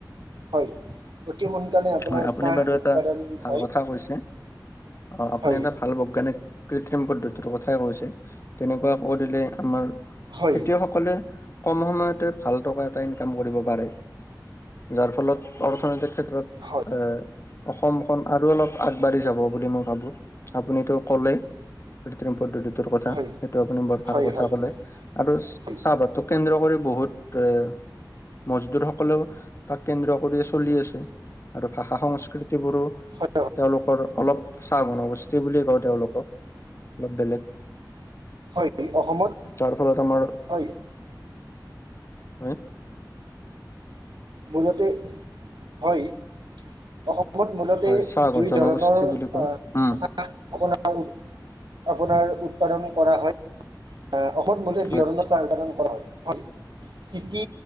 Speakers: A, on the right; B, on the left.
A: হয়। অতি সোনকালে আপোনাৰ
B: হয় আপুনি
A: চাহ
B: বাৰু এটা
A: উৎপাদন
B: ভাল
A: হয়।
B: কথা কৈছে অ আপুনি
A: হয়
B: এটা ভাল বৈজ্ঞানিক কৃত্ৰিম পদ্ধতিৰ কথাই কৈছে, তেনেকুৱা কৰিলে আমাৰ
A: হয়
B: খেতিয়ক সকলে কম সময়তে ভাল টকা এটা ইনকাম কৰিব পাৰে। যাৰ ফলত অৰ্থনৈতিক ক্ষেত্ৰত
A: হয়
B: এ অসমখন আৰু অলপ আগবাঢ়ি যাব বুলি মই ভাবো আপুনিতো ক'লে। কৃত্ৰিম পদ্ধতিটোৰ কথা
A: হয়
B: সেটো আপুনি বৰ ভাল
A: হয়
B: কথা
A: হয়
B: ক'লে। আৰু
A: হয়
B: চাহপাতক কেন্দ্ৰ কৰি বহুত এ মজদুৰ সকোলেও তাক কেন্দ্ৰ কৰি চলি আছে। আৰু ভাষা সংস্কৃ তি বোৰো
A: হয়
B: তেওঁলোকৰ অলপ চাহ জনগোষ্ঠী বুলি কওঁ তেওঁলোকক। অলপ বেলেগ
A: হয় অসমত
B: তাৰ ফলত আমাৰ,
A: হয়
B: হে?
A: মূলতে হয় অসম অসমত মূলতে
B: হয় চাহ
A: দুই
B: জনগোষ্ঠী
A: ধৰণৰ
B: বুলি কওঁ উম
A: চাহ চাহ আপোনাৰ উৎপাদন কৰা হয়। অসম মূলতে
B: হয়
A: চাহ উৎপাদন কৰা হয়। হয় চিটি